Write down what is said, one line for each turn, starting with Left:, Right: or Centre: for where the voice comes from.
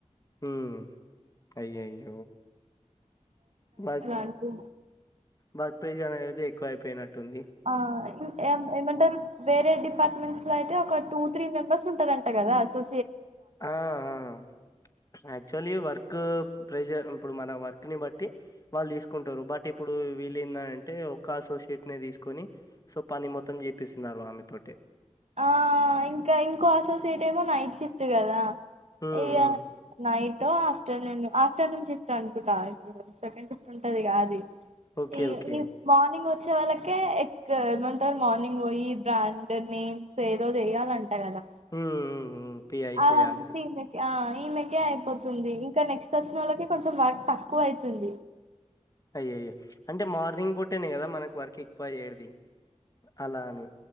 Left: హూ అయ్యయే నాది
Right: అన్కు
Left: వర్క్ ప్రేజన్ అనేది ఎక్కువైపోయినట్టుంది
Right: ఆ ఇం ఏ-ఏమంటారు వేరే డిపార్ట్మెంట్స్లో అయితే ఒక టూ త్రీ మెంబర్స్ ఉంటారంట కదా సు
Left: ఆ హా యాక్చువలీ వర్కు ప్రెజర్ ఇప్పుడు మన వర్క్ని బట్టి వాళ్ళు తీస్కుంటారు బట్ ఇప్పుడు వీళ్ళెంద అంటే ఒక్క అసోసియేట్ని తీస్కొని సో పని మొత్తం చేపిస్తున్నారు ఆమె తోటే
Right: ఆ ఇంకా ఇంకో అసోసియేట్ ఏమో నైట్ షిఫ్ట్ కదా
Left: హ్మ్.
Right: ఇగ
Left: హ్మ్.
Right: నైట్ ఆఫ్టర్నూన్ ఆఫ్టర్నూన్ షిఫ్ట్ అనుకుంటా సెకండ్ షిఫ్ట్ ఉంటది అది
Left: ఓకే.
Right: ఇ
Left: ఓకే.
Right: ఇ మార్నింగోచ్చే వాళ్ళకే ఎక్క ఏమంటారు మార్నింగ్ వోయి బ్రాండ్ని పెదో చెయాలంట కదా
Left: హ్మ్. హ్మ్. హ్మ్. పిఐ
Right: అదంతా
Left: చేయాలి.
Right: ఆ ఈమెకే అయిపోతుంది ఇంకా నెక్స్ట్ వచ్చిన వాళ్ళకి కొంచెం వర్క్ తక్కువైతుంది
Left: అయ్యయే అంటే మార్నింగ్ పుట్టేనే కదా మనకు వర్కేక్కువయ్యేది అలా అని